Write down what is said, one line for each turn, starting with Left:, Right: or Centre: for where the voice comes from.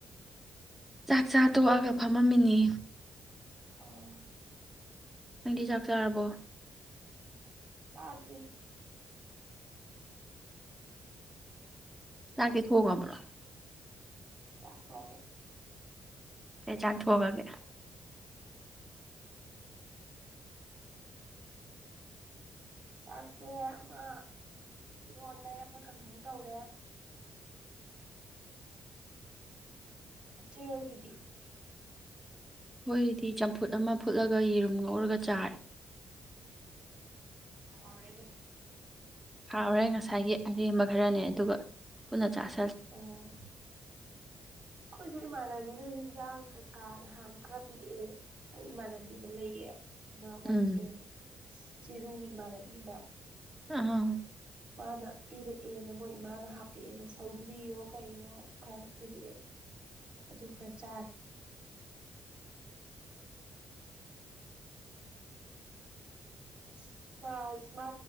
Centre: ꯆꯥꯛ ꯆꯥ ꯇꯣꯛꯑꯒ ꯐꯝꯃꯝꯃꯤꯅꯤ
Right: ꯑꯣ
Centre: ꯅꯪꯗꯤ ꯆꯥꯛ ꯆꯥꯔꯕꯣ
Right: ꯆꯥꯗꯔꯤ
Centre: ꯇ ꯀꯊꯣꯛꯒꯕꯥ
Right: ꯆꯥꯊꯣ
Centre: ꯆꯥ ꯊꯣꯛꯑꯒ
Right: ꯆꯥꯛꯁꯦ ꯑꯃ ꯏꯔꯣꯜꯂꯦ ꯑꯃ ꯀꯥꯡꯪꯈꯧ ꯇꯧꯔꯦ ꯆꯦꯒꯤꯗꯤ
Centre: ꯑꯩꯈꯣꯏꯗꯤ ꯆꯝꯐꯨꯠ ꯑꯃ ꯐꯨꯠꯂꯒ ꯌꯦꯔꯨꯝ ꯂꯧꯔꯒ ꯆꯥꯔꯦ
Right: ꯑ ꯑꯔꯦꯗꯨ
Centre: ꯍꯥꯎꯔꯦ ꯉꯁꯥꯏꯒꯤ ꯑꯔꯦꯝꯕ ꯈꯔꯅꯦ ꯑꯗꯨꯒ ꯄꯨꯟꯅ ꯆꯥꯁꯜꯂꯦ
Right: ꯑꯣ ꯈꯨꯁ ꯏꯃꯥꯟꯅꯕꯤꯅ ꯍꯦꯟꯖꯥꯡ ꯀꯩꯀꯥ ꯅꯍꯥꯟ ꯈꯔ ꯄꯤꯔꯛꯑꯦ ꯑꯩ ꯏꯃꯥꯟꯅꯕꯤ ꯑꯃ ꯂꯩꯌꯦ ꯃꯥ ꯋꯥꯏ
Centre: ꯎꯝ
Right: ꯀꯗꯦ ꯆꯤꯔꯨ ꯏꯃꯥꯟꯅꯕꯤ ꯑꯃ
Centre: ꯑ
Right: ꯃꯥꯅ ꯄꯤꯔꯛꯑꯦꯅ ꯃꯣꯏ ꯏꯃꯥꯅ ꯍꯥꯞꯄꯛꯑꯦꯅ ꯁꯧꯒ꯭ꯔꯤꯌꯣ ꯀꯌꯣ ꯈꯔ ꯄꯤꯔꯛꯑꯦ ꯑꯗꯨ ꯈꯔ ꯆꯥꯔꯦ <unintelligible> ꯃꯥ ꯃꯥ